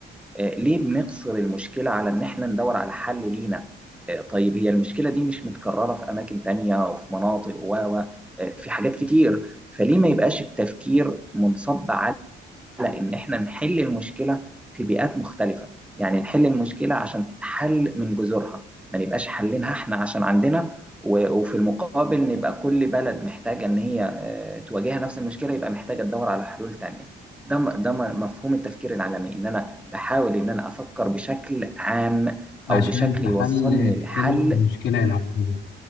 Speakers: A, in the centre; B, on the left.
A: آه، ليه بنقصر المشكلة على إن إحنا ندور على حل لينا؟ آه، طيب هي المشكلة دي مش متكررة في أماكن تانية وفي مناطق و و- آه، في حاجات كتير فليه ما يبقاش التفكير منصب على على إن إحنا نحل المشكلة في بيئات مختلفة يعني نحل المشكلة عشان تتحل من جذورها ما نبقاش حلينها إحنا عشان عندنا و- وفي المقابل نبقى كل بلد محتاجة إن هي آه، تواجهها نفس المشكلة يبقى محتاجة تدور على حلول تانية ده م- ده م- مفهوم التفكير العالمي إن أنا بحاول إن أنا أفكر بشكل عام
B: عشان
A: أو بشكل
B: تحل
A: يوصلني
B: تحل
A: لحل
B: المشكله العالميه